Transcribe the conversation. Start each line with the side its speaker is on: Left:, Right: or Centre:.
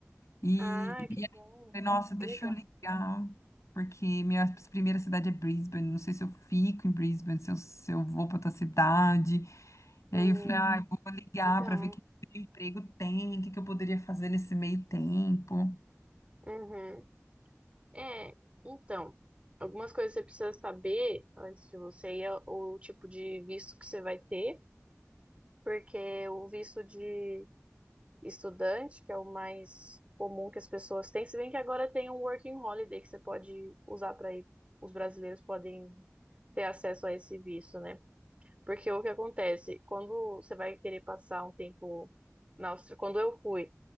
Left: E,
Right: Ah,
Left: e
Right: que bom.
Left: aí, eu falei, nossa, deixa
Right: Que legal.
Left: eu ligar, porque minha primeira cidade é Brisbane, não sei se eu fico em Brisbane, se eu, se eu vou para outra cidade. E
Right: Hum,
Left: aí eu falei, ah, vou ligar
Right: legal.
Left: para ver que tipo de emprego tem, o que que eu poderia fazer nesse meio tempo.
Right: Uhum. É, então, Algumas coisas você precisa saber antes de você ir é o tipo de visto que você vai ter, porque o visto de estudante, que é o mais comum que as pessoas têm, se bem que agora tem um working holiday que você pode usar para ir, os brasileiros podem ter acesso a esse visto, né? Porque o que acontece, quando você vai querer passar um tempo na Austrália, quando eu fui,